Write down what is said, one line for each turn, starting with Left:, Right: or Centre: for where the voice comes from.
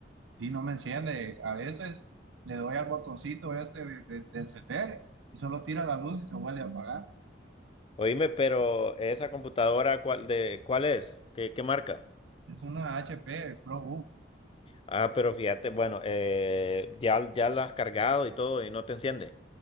Right: Sí, no me enciende. A veces le doy al botoncito este de, de- de encender y solo tira la luz y se vuelve a apagar.
Left: Oíme, pero esa computadora, ¿cuál, de, cuál es? ¿Qué, qué marca?
Right: Es una HP ProBook.
Left: Ah, pero fíjate, bueno, eh, ya, ya la has cargado y todo y no te enciende.